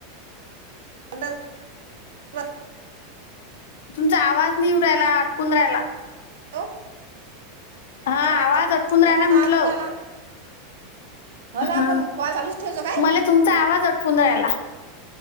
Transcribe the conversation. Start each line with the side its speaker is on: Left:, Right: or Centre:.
Right: <unintelligible> बाथ-
Left: तुमचा आवाज नाही येवू राहियला अटकून राहायला.
Right: हो,
Left: हा
Right: बरं कांचन
Left: आवाज अटकून
Right: मला
Left: राहायला
Right: तुला
Left: म्हटलं.
Right: अजून आला हो ना,
Left: हा
Right: आपण कॉल चालूच ठेचो काय.
Left: मला तुमचा आवाज अटकून राहिला,